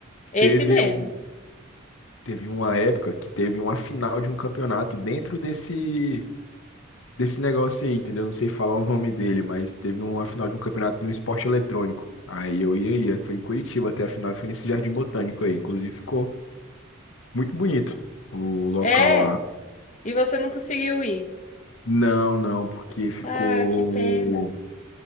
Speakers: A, on the left; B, on the left.
A: esse
B: Teve
A: mesmo.
B: um, teve uma época que teve uma final de um campeonato dentro desse desse negócio aí, entendeu? Não sei falar o nome dele, mas teve uma final de um campeonato de um esporte eletrônico. Aí eu ia, ia. Foi em Curitiba até a final, e foi nesse Jardim Botânico aí. Inclusive ficou muito bonito o local
A: É,
B: lá.
A: e você não conseguiu ir.
B: Não, não, porque ficou.
A: Ah, que pena.